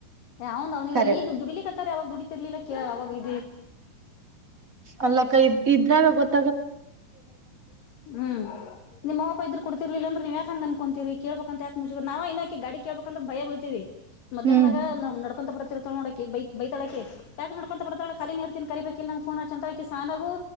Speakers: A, on the left; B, on the right.
A: ಅವ್ ಅವ್ನಿಗೆ
B: ಕರೆಕ್ಟ್
A: ಈಗ ದುಡಿಲಿಕ್ಕೆತ್ತಾರೆ ಅವಾಗ ದುಡ ಇರ್ಲಿಲ್ಲ ಅವಾಗ ಇ
B: ಅಲ್ಲ ಕೈ ಇದ್ರಾಗ ಗೊತ್ತ
A: ಹ್ಮ್ ನಿಮ್ಹಾವ್ ಬಿಯ್ದೆರ್ ಕೊಡ್ತಿರ್ಲಿಲ್ಲಂದ್ರ ನೀವು ಯಾ ಹಂಗ ಅನ್ಕೋಂತರಿ ಕೇಳ್ಬೇಕಂತಾಕ್ ಮುಿದ್ರ ನಾವ ಇನ್ನೋಕ ಗಡಿ ಕೇಳಳ್ಬೇಕಂದ್ರ ಭಯ ಬಳ್ತೀವಿ ಮಧ್ಯಾಹ್ನದಾಗ
B: ಹ್ಮ್
A: ನ ನಡ್ಕೊಂತ ಬ ರ್ಳ ನೋಡಕ ಬೈ ಬೈತಾಳಕಟ್ಯಾಕ್ ನಡ್ಕೊಂತ ಬರ್ತಳಖಾಲಿ ನೀ ಇರ್ತನಿ ಕರಿಬೇಕೇಕ ಇ ನಂಗ ಫೋನ್ ಹ ಚ ಅಳಕ ಸಾನಾಗು